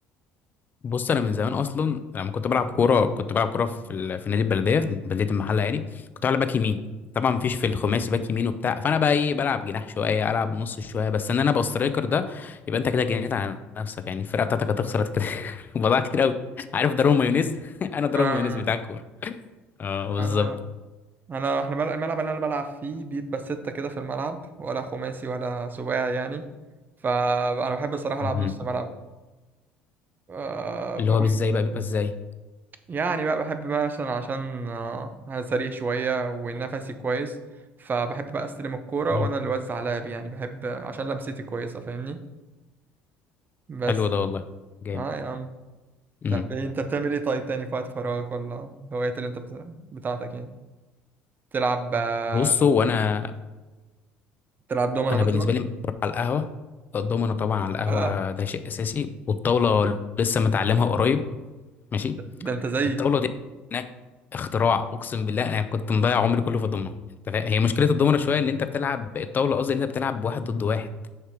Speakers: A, on the left (about 35°); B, on the right (about 35°).
A: بص انا من زمان اصلا لما كنت بلعب كوره كنت بلعب كوره في ال... في نادي البلديه بلديه المحله يعني كنت بلعب باك يمين طبعا مفيش في الخماسي باك يمين وبتاع فانا بقى ايه بلعب جناح شويه العب نص شويه بس ان انا ابقى سترايكر ده يبقى انت كده جنيت على نفسك يعني الفرقه بتاعتك هتخسر كده <laughs> بضاعة كتير قوي عارف ضرب مايونيز <laughs> انا ضرب
B: آه
A: مايونيز بتاع الكوره اه بالظبط
B: انا انا احنا بل- الملعب اللي انا بلعب فيه بيبقى ستة كده في الملعب ولا خماسي ولا سباعي يعني فانا بحب الصراحة العب
A: مهم.
B: نص ملعب أه
A: اللي
B: بكون
A: هو بالزاي بقى بيبقى ازاي
B: يعني بقى بحب بقى عشان عشان آه، انا سريع شوية ونفسي كويس فبحب بقى استلم الكورة
A: مم.
B: وانا اللي اوزع لعب يعني بحب عشان لمستي كويسة فاهمني بس
A: حلو ده والله جامد
B: اه يا عم
A: مم.
B: طب إيه انت بتعمل ايه طيب تاني في وقت فراغك ولا هوايات اللي انت بت- بتاعتك يعني تلعب آه،
A: بصوا وانا
B: تلعب دومنا
A: انا
B: مثلا
A: بالنسبه لي مشروب على القهوه الضمنه طبعا على القهوه
B: آه،
A: ده شيء اساسي والطاوله لسه متعلمها قريب ماشي
B: ده ده انت زيي
A: الطاوله دي هناك اختراع اقسم بالله انا كنت مضيع عمري كله في الضمنه أنت فاهم؟ هي مشكله الضمنه شويه ان انت بتلعب الطاوله قصدي ان انت بتلعب واحد ضد واحد